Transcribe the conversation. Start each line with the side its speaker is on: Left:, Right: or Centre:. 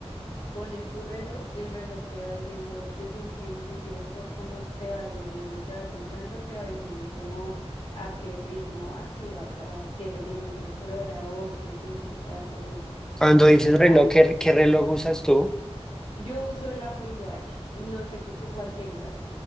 Left: pones tu reloj y el reloj te va diciendo desde un principio por cómo te vas moviendo y te vas demorando, te va diciendo cómo a qué ritmo vas, si vas a siete kilómetros por hora, ocho, cinco, cuatro, bueno.
Centre: Cuando
Left: Y
Centre: dices reloj,
Left: ah,
Centre: ¿qué, qué reloj usas tú?
Left: yo uso el Apple Watch, no sé cu- tú cuál tengas.